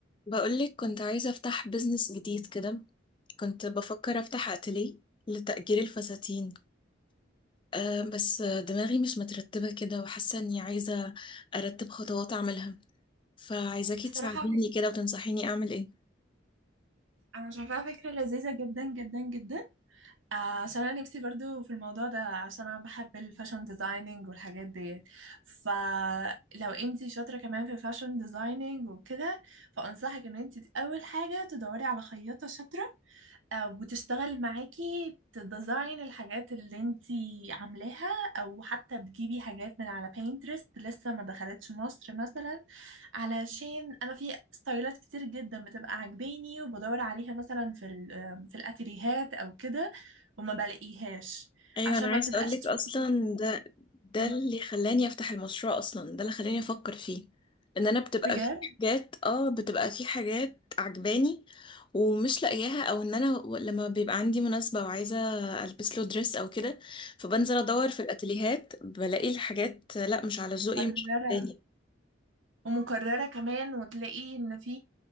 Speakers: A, on the left (about 25°); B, on the right (about 85°).
A: بقولك كنت عايزة أفتح بيزنس جديد كده كنت بفكر أفتح أتليه لتأجير الفساتين أه بس دماغي مش مترتبة كده وحاسة إني عايزة أرتب خطوات أعملها فعايزاكي
B: بصراحة
A: تساعديني
B: فك-
A: كده وتنصحيني أعمل إيه
B: أنا شايفاها فكرة لذيذة جدا جدا جدا آه، عشان أنا نفسي برضو في الموضوع ده عشان أنا بحب الفاشن ديزايننج والحاجات دي فلو انتي شاطرة كمان في الفاشن ديزايننج وكده فأنصحك إن انتي أول حاجة تدوري على خياطة شاطرة آه، وتشتغل معاكي تديزاين الحاجات اللي انتي عاملاها او حتى تجيبي حاجات من على بينترست لسه ما دخلتش مصر مثلا علشان انا في ستايلات كتير جدا بتبقى عاجباني وبدور عليها مثلا في ال- آه، في الاتيليهات او كده وما بلاقيهاش
A: ايوه
B: عشان
A: انا عايزه
B: ما بتبقاش
A: اقولك
B: trended،
A: اصلا ده ده
B: آم،
A: اللي خلاني افتح المشروع اصلا ده اللي خلاني افكر فيه ان انا بتبقى
B: بجد
A: في حاجات اه بتبقى في حاجات عجباني ومش لاقياها او ان انا و- لما بيبقى عندي مناسبه وعايزه البس له دريس او كده فبنزل ادور في الاتيليهات بلاقي الحاجات لا مش على ذوقي
B: مرة
A: مش عجباني
B: ومكررة كمان وتلاقي ان في